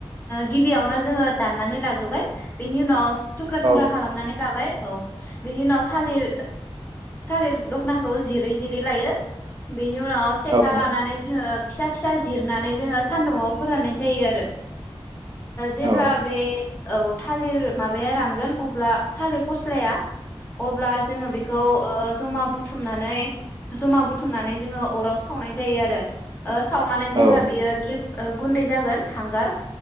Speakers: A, on the left; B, on the right.
A: गिबियावनो जोङो दाननानै लाग्रोबाय बेनि उनाव थुख्रा
B: औ
A: थुख्रा खालामनानै लाबाय औ बिनि उनाव थालिर थालिर दख'नाखौ जिरै जिरै लायो बेनि उनाव सेखा
B: औ
A: लानानै जोङो फिसा फिसा जिरनानै जोङो सान्दुंङाव फोराननाय जायो आरो जेब्ला
B: औ
A: बे औ थालिर माबाया रानगोन अब्ला थालिर फस्लाया अब्ला जोङो बेखौ जमा बुथुमनानै जमा बुथुमनानै जोङो अराव सावनाय जायो आरो सावनानै
B: औ
A: जेब्ला बियो गेब्ले गुन्दै जागोन हांगार